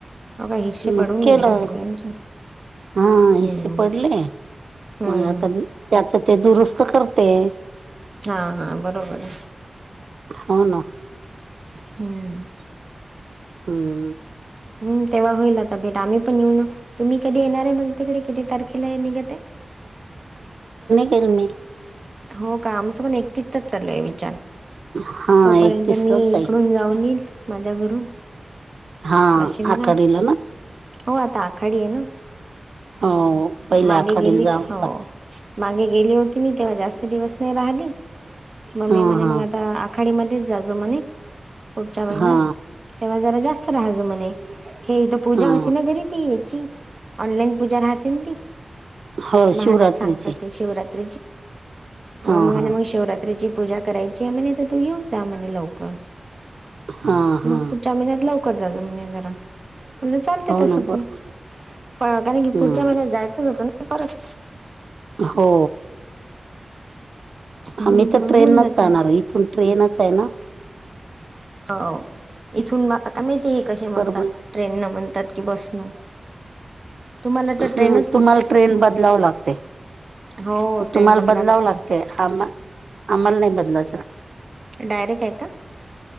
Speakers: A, on the right (about 40°); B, on the right (about 75°).
A: हो काय हिस्से
B: मग
A: पडून
B: केलं
A: गेले का सगळ्यांचे
B: हा हिस्से
A: हम्म
B: पडले
A: हम्म
B: मग
A: हम्म
B: आता त्याच ते दुरुस्त कर ते
A: हा हा बरोबर आहे
B: होा ना
A: हम्म
B: हम्म
A: हम तेव्हा होईल आता भेट आम्ही पण येऊन तुम्ही कधी येणार आहे मग तिकडे किती तारखेला आहे निघत
B: तलमी
A: हो का आमचं पण एकटीचच चालय विचार
B: हा
A: तोपर्यंत
B: एकतीस
A: मी
B: लाच जाईल
A: इकडून जाऊन येईल माझ्या घरून
B: हा
A: वाशिमला
B: आकडला ना
A: हो आता आखाडी आहे ना
B: हो पहिल्या
A: मागे
B: आखाडीला
A: गेली
B: जावंच लागतं
A: हो मागे गेली होती मी तेव्हा जास्त दिवस नाही राहिली मममी
B: हा
A: म्हणे
B: हा
A: मग आता आखाडीमध्येध्येच ज णे पुढच्या महिन्यात
B: हा
A: तेव्हा जरा जास्त राहाजो म्हणे हेथ पूजा
B: हा
A: होती ना घरी ती याची ऑनलाईन पूजा राहते ना ती
B: हो
A: महाराज
B: शिवरात्रीचे
A: सांगतात ते शिवरात म्ह
B: हा हा
A: मग शिवरात्रीची पूजा करायची म्हणे तर तू येऊ त्या म लवकर
B: हा हा
A: मग पुढच्या महिन्यात लवकर जाचो म्हणजे जरा चालते
B: हो
A: तसं
B: ना बरोबर
A: पण कारण की
B: हम्म
A: पुढच्या महिन्यात जायचंच होतं ना परत
B: हो
A: मग
B: आ्ही तर ट्रेन
A: होऊन
B: नच
A: जाते
B: जाणार इथून ट्रेनच आहे ना
A: हो इथून ब आता का माहिती कसे म्हणतात
B: बरोबर
A: ट्रेन न म्हणतात ात कि बसन तुम्हाला तर
B: ह
A: ट्रेनच
B: तुम्हाला
A: फुटते
B: ट्रेन बदलाव लागते
A: हो ट्रेन
B: तुम्हाला
A: बदला
B: बदलावं
A: लागते
B: लागतय आम आम्हाला नाही बदला
A: डायरेक्ट आहे का?